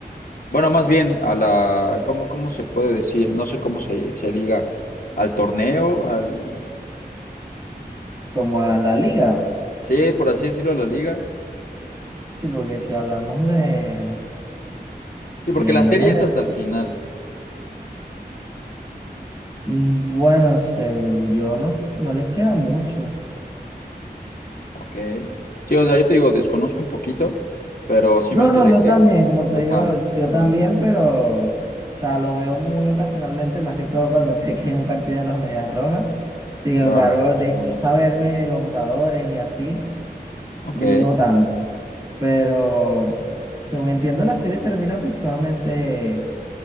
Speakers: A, on the left (about 60°); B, on the right (about 25°).
A: bueno, más bien a la, ¿cómo, cómo se puede decir? No sé cómo se, se diga. Al torneo, al...
B: como a la liga.
A: Sí, por así decirlo, a la liga.
B: Sí, porque si hablamos de,
A: Sí, porque
B: de
A: la serie
B: MLB,
A: es hasta el final.
B: mm, bueno, según yo, no, no les queda mucho.
A: Ok. Sí, o sea, yo te digo, desconozco un poquito, pero sí
B: No,
A: me enteré
B: no, yo
A: que...
B: también, como te
A: Ajá,
B: digo, yo también, pero, o sea, lo veo muy ocasionalmente, más que todo cuando <laughs> sé que hay un partido de los Medias Rojas. Sin embargo,
A: claro, eso
B: de
A: lo
B: yo
A: es.
B: saberme los jugadores y así,
A: Ok.
B: no tanto. Pero, según entiendo, la serie termina aproximadamente